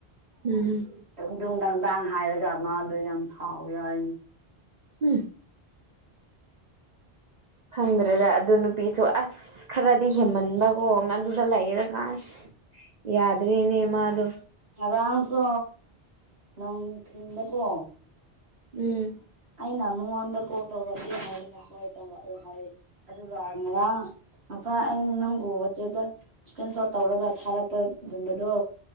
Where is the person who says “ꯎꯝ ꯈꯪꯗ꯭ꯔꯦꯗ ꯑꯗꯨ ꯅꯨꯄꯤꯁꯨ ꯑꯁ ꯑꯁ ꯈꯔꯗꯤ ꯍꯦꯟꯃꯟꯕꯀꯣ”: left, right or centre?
Right